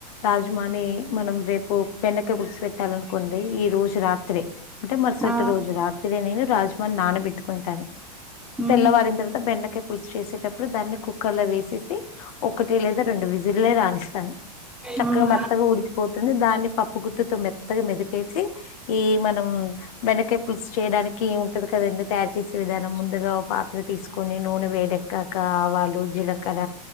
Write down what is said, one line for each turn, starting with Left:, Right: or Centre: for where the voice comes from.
Left: రాజ్మాని మనం రేపు బెండకయ పులుసు పెట్టాలనుకోండి ఈ రోజు రాత్రే. అంటే మరుసటి
Centre: ఆ
Left: రోజు రాత్రే నేను రాజ్మాని నానబెట్టుకుంటాను
Centre: మ్మ్
Left: తెల్లవారింత. బెండకాయ పులుసు చేసేటప్పుడు దాన్ని కుక్కర్లో వేసేసి. ఒకటి లేదా రెండు విజుల్లే రానిస్తాను. చక్కగా
Centre: మ్మ్
Left: మెత్తగా ఉడ్కిపోతుంది దాన్ని పప్పు గుత్తితో మెత్తగా మెదిపేసి. ఏ మనం. బెండకాయ పులుసు చేయ్డానికి ఏముంటది కదండి తయారు చేసే విధానం ముందుగా ఓ పాత్ర తీస్కు. కొని నూనె వేడెక్కకా ఆవాలు, జీలకర.